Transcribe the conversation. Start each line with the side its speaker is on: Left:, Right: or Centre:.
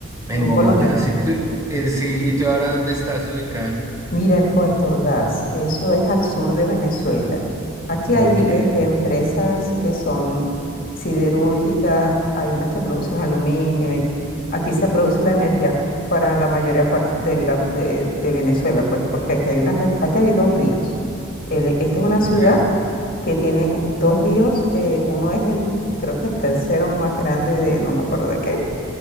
Right: En
Left: en
Right: Bogotá,
Left: Colombia.
Right: sí, tú- eh, sí, ¿y tú ahora dónde estás ubicada?
Left: Mira, en Puerto Ordaz, eso es al sur de Venezuela. Aquí
Right: Ok,
Left: hay este, empresas que son siderúrgicas, hay unas que producen aluminio. y aquí se produce la energía para la mayoría par- de, la- de- de Venezuela, pues, porque aquí hay unas, re- aquí hay dos ríos. El- esta es una ciudad
Right: ok.
Left: que tiene u- dos ríos. eh, uno es el, creo que el tercero más grande de, no me acuerdo de qué,